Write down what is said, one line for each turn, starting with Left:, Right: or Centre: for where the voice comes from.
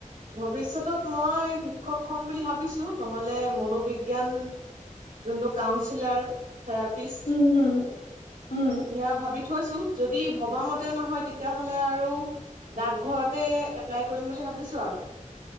Right: ভৱিষ্যতত মই শিক্ষক হম বুলি ভাবিছো নহলে মনোবিজ্ঞান যোনটো কাউঞ্চিলাৰ থেৰাপিষ্ট
Left: উম হম উম।
Right: সেয়া ভাবি থৈছো যদি ভবা মতে নহয় তেতিয়াহ'লে আৰু ডাকঘৰতে এপ্লাই কৰিম বুলি ভাবিছো আৰু।